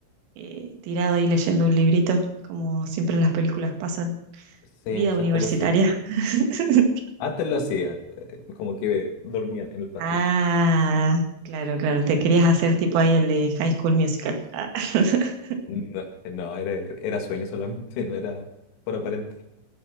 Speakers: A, on the right; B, on the left.
A: eh, tirado ahí leyendo un librito, como siempre en las películas pasan.
B: sí,
A: Vida universitaria.
B: antes lo hacía.
A: <laughs>
B: Antes lo hacía, eh, como que dormía en el patito.
A: Ah, claro, claro. Te
B: Eh,
A: querías hacer tipo ahí el de High School Musical. Ah. <laughs>
B: No, no, era, era sueño solamente, <laughs> no era por aparentar.